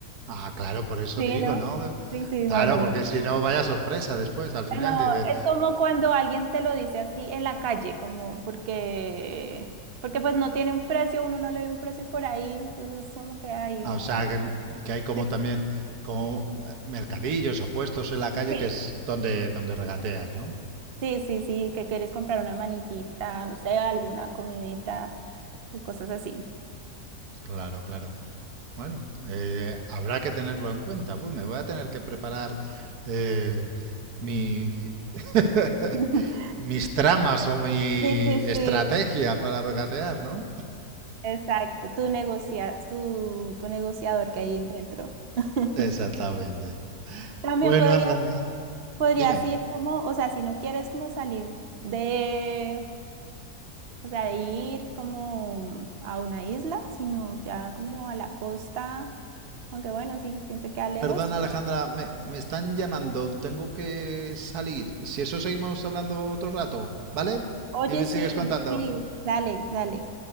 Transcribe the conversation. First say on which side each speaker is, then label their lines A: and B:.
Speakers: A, on the right; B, on the right.
A: Ah, claro, por eso
B: Sí,
A: digo,
B: ¿no?
A: ¿no?
B: Sí, sí,
A: Claro,
B: no, no,
A: porque
B: no.
A: si no, vaya sorpresa después, al final
B: No,
A: dice,
B: es como cuando alguien te lo dice así en la calle, como porque, porque pues no tiene un precio, uno no le ve un precio por ahí, entonces como que hay.
A: ah, o sea, que, que hay como
B: Sí.
A: también como mercadillos o puestos en la calle
B: Sí.
A: que es donde, donde regateas, ¿no?
B: Sí, sí, sí, que quieres comprar una manillita, no sé, alguna comidita o cosas así.
A: Claro, claro. Bueno, eh, habrá que tenerlo en cuenta. Pues me voy a tener que preparar eh, mi, <laughs>
B: <laughs>
A: mis tramas o mi
B: Sí, sí,
A: estrategia
B: sí.
A: para regatear, ¿no?
B: Exacto, tu negocia, tu, tu negociador que hay en dentro. <laughs>
A: Exactamente.
B: También
A: Bueno,
B: podrías,
A: anda, anda.
B: podrías
A: Dime.
B: ir como, o sea, si no quieres como salir de, o sea, de ir como a una isla, sino ya como a la costa, aunque bueno, sí, siempre queda lejos.
A: Perdón, Alejandra, me, me están llamando. Tengo que salir. Si eso seguimos hablando otro rato, ¿vale?
B: Oye,
A: Y me
B: sí,
A: sigues contando.
B: sí, dale, dale.